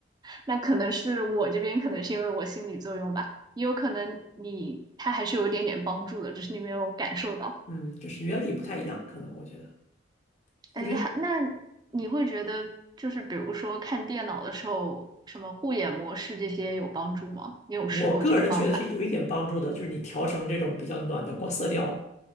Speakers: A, on the right; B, on the left.
A: 那可能是我这边可能是因为我心理作用吧，也有可能你它还是有一点点帮助的，只是你没有感受到。
B: 嗯，就是原理不太一样，可能我觉得，
A: 哎，
B: 因为
A: 还那你会觉得就是比如说看电脑的时候，什么护眼模式这些有帮助吗？你有试过这个方法
B: 我个人觉得是有一点帮助的，就是你调成这种比较暖的光色调。